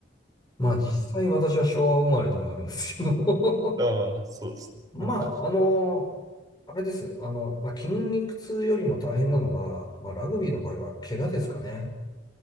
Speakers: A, on the left (about 20°); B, on the right (about 20°).
A: まあ実際私は昭和生まれではあるんですけど
B: ああ、そうですね。
A: <laughs> まあ、
B: なんか、
A: あの、あれです。あの、まあ、筋肉痛よりも大変なのが、まあラグビーの場合は怪我ですかね。